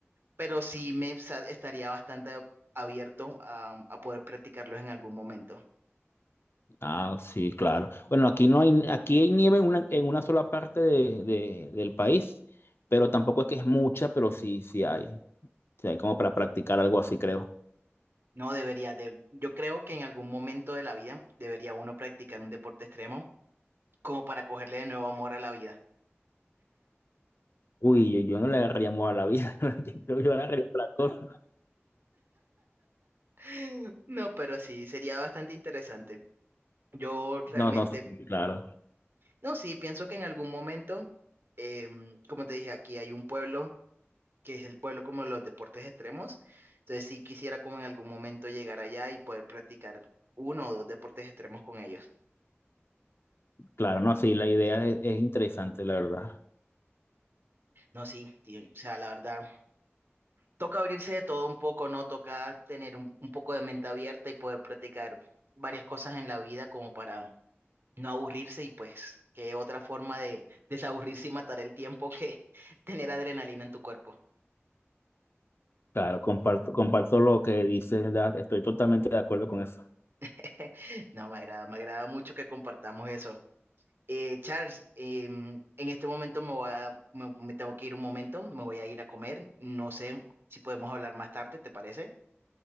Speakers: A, on the right (about 55°); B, on the left (about 60°).
A: pero sí me sa- estaría bastante abierto a a poder practicarlos en algún momento.
B: Ah, sí, claro. Bueno, aquí no hay, aquí hay nieve en una, en una sola parte de, de- del país, pero tampoco es que es mucha, pero sí, sí hay. Sí hay como para practicar algo así, creo.
A: No debería, de, yo creo que en algún momento de la vida debería uno practicar un deporte extremo como para cogerle de nuevo amor a la vida.
B: Uy, yo, yo no le agarraría amor a la vida, <laughs> yo creo que yo le agarraría otra cosa.
A: <laughs> No, pero sí, sería bastante interesante. Yo realmente,
B: No, no, sí, claro,
A: no, sí, pienso que en algún momento, em, como te dije, aquí hay un pueblo que es el pueblo como de los deportes extremos. Entonces sí quisiera como en algún momento llegar allá y poder practicar uno o dos deportes extremos con ellos.
B: claro, no, sí, la idea es, es interesante, la verdad.
A: No, sí, ti- o sea, la verdad. toca abrirse de todo un poco, ¿no? Toca tener un, un poco de mente abierta y poder practicar varias cosas en la vida como para no aburrirse y pues qué otra forma de desaburrirse y matar el tiempo que <laughs> tener adrenalina en tu cuerpo.
B: Claro, comparto, comparto lo que dices, da- estoy totalmente de acuerdo con eso.
A: <laughs> No, me agrada, me agrada mucho que compartamos eso. Eh, Charles, em, en este momento me voy a- me me tengo que ir un momento, me voy a ir a comer. No sé si podemos hablar más tarde, ¿te parece?